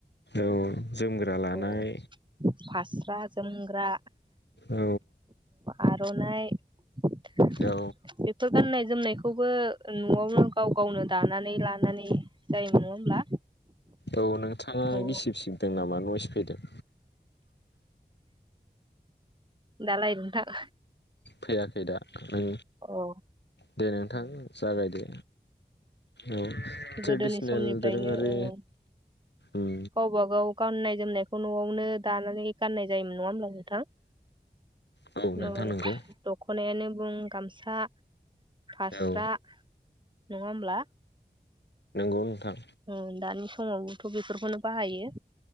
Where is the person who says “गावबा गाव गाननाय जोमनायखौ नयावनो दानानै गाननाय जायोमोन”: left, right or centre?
Right